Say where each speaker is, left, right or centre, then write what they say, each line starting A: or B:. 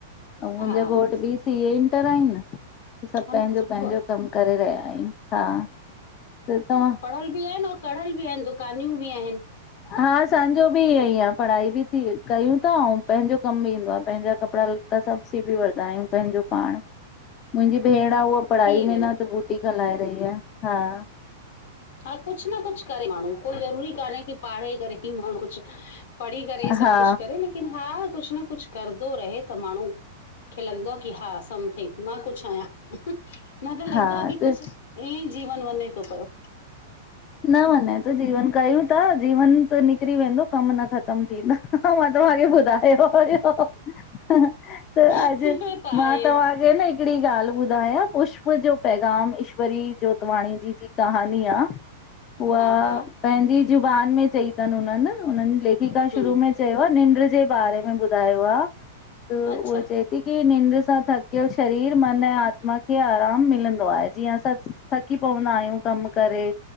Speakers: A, on the left; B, on the left.
A: अऊं मुंहिंजो
B: हा
A: घोट बी सीए इंटर आहिन। सभ पहिंजो
B: न सुठो
A: पहिंजो
B: आ।
A: कम करे रहिया आहिन, हा त तहां?
B: फल बी आहिन ओर कढ़ल बी आहिन दुकानियूं बी आहिन।
A: हां असांजो बी ईयई आ। पढ़ाई बी थी कयूं था, अऊं पंहिंजो कमु बी ईंदो आ पंहिंजा कपड़ा लत्ता सभ सिभी वठदा आहियूं पंहिंजो पाण। मुंहिंजी भेण आ उहा
B: थी
A: पढ़ाई
B: वेंदो
A: में न त बूटीक हलाए रही आह हां
B: हा कुछ न कुछ करे माण्हूं कोई जरूरी काने की पढ़ी करे ही माण्हू कुछ पढ़ी करे ई सभ
A: हा
B: कुछ करे, लेकिन हा कुछ न कुछ करदो ही रहे त माण्हू। खे लॻंदो आ की हा समथिंग, मां कुछ आहियां न त
A: हा
B: लगदो आ की
A: त
B: कुछ। ईंयईं जीवन वञें तो पयो।
A: न वनें तो जीवन, कयूं ता जीवन त निकिरी वेंदो, कम नथा कम थींदा, मां तव्हांखे ॿुधायो हुयो। त अॼु
B: इहो त आहे
A: मां तव्हां तोखे न हिकिड़ी ॻाल्हि ॿुधायां पुष्प जो पैग़ाम, ईश्वरी जोतवाणी जी, जी कहानी आ उआ
B: हा हा
A: पंहिंजी ज़ुबान में चई अथनि उननि, उननि लेखिका
B: हम्म
A: शुरू में चयो आ निंड जे बारे में ॿुधायो आ त
B: अच्छा
A: उअ चए की निंड सां थकियल शरीर मन ऐं आत्मा खे आराम मिलंदो आहे, जीअं असां थकी पवंदा आहियूं कम करे